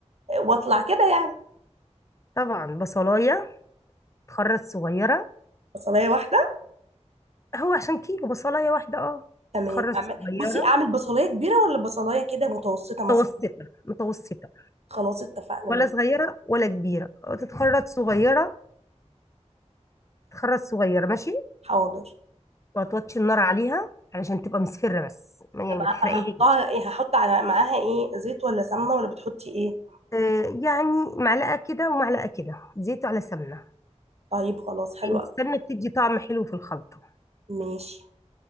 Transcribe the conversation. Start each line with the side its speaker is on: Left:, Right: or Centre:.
Right: واطلع كده يعني
Left: طبعا بصلايه تخرط صغيره
Right: بصلايه واحده
Left: هو عشان كيلو بصلايه واحده اه
Right: تمام
Left: تتخرط
Right: أعمل-
Left: صغيره
Right: بصي اعمل بصلايه كبيره ولا بصلايه كده متوسطه مثلا
Left: متوسطه متوسطه
Right: خلاص اتفقنا
Left: ولا
Right: مين
Left: صغيره ولا كبيره تتخرط صغيره تتخرط صغيره ماشي
Right: حاضر
Left: وهتوطي النار عليها علشان تبقى مصفرة بس ما- يعني
Right: طب
Left: ما
Right: ه-
Left: تحرقيهاش
Right: هحطها ايه هحط على معاها ايه زيت ولا سمنه ولا بتحطي ايه
Left: آه، يعني معلقة كده ومعلقة كده زيت على سمنة
Right: طيب خلاص حلوه
Left: لأن
Right: أوي.
Left: السمنة بتدي طعم حلو في الخلطة
Right: ماشي